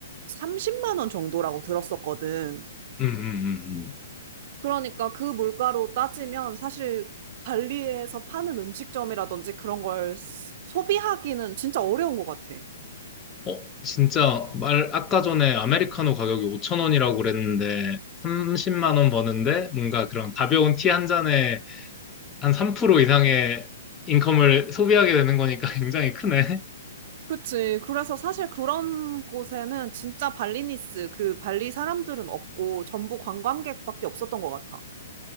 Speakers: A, on the right (about 45°); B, on the left (about 15°).
A: 30만 원 정도라고 들었었거든.
B: 음, 음, 음,
A: 그러니까 그 물가로 따지면 사실 발리에서 파는 음식점이라든지 그런 걸 스- 소비하기는 진짜 어려운 것 같아.
B: 음. 어, 진짜 말 아까 전에 아메리카노 가격이 5천 원이라고 그랬는데 30만 원 버는데 뭔가 그런 가벼운 티 한 잔에 한 3% 이상의 인컴을 소비하게 되는 거니까 <laughs> 굉장히 크네.
A: 그치. 그래서 사실 그런 곳에는 진짜 발리니스, 그 발리 사람들은 없고 전부 관광객밖에 없었던 것 같아.